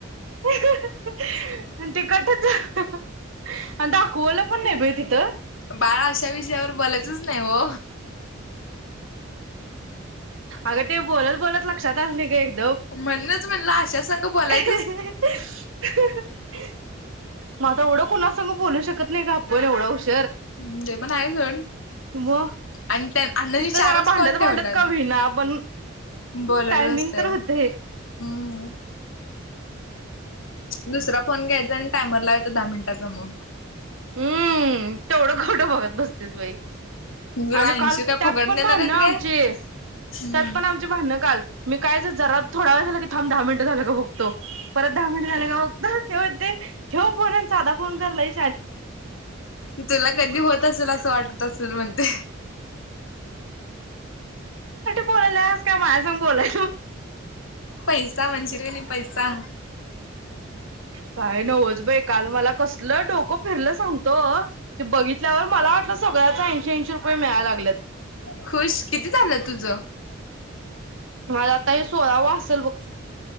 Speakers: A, on the right; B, on the left.
A: आणि ते कटच झालं. आणी दाखवलं. कोण नाही बाई तिथ.
B: बाळा अशा विषयावर बोलायचच नाही हो.
A: अगं ते बोलत बोलत लक्षात आले का एक.
B: म्हणून मला अशा संगट बोलायचं अशा संगट बोलायचं
A: ह म आता एवढं कोुणास बोलू शकत नाही का आपण एवढा उशीर
B: हम् ते पण आहे सोड
A: मग
B: आणि त्या अण्णांनी
A: तिथं
B: चारच
A: जरा भांडत
B: कॉल ठेवल्यात
A: भांडत कावी ना पण
B: बोलत
A: टायमिंग
B: बसतोय
A: तर होत
B: हम्म दुसरा फोन घ्यायचा आणि टायमर लावायचा दहा मिनिटाचा मग
A: हम्म तेवढं खोटं बघत बसतेस बाई
B: तुला
A: आणि
B: ऐंशी
A: काल
B: काय
A: त्यात
B: फुकट
A: पण
B: देणार
A: बाार
B: आहेत
A: ना आमचे
B: काय हम्म
A: त्यात पण आमची बणं काल मी कायच जरात थडा व झाला क ां दहा मिनट झालं ग बग ो परत दहा मिनट झाले का बघ तेव ते ठेव जदा फोन करलाई
B: तुला कधी होत असेल असं वाटत असेल म्हणते
A: बोला का माझ्यास बोलाय
B: पैस म्हणशरे नाही पैसा
A: काय नव्हच बाई काल मला कस डोकं फिरलं सांगत ते बघितल्यावर मला वाटलं सगळ्याच इंश रय मेळा लाग
B: खुश किती झालं तुझ
A: ह आता हे सोला व असल ब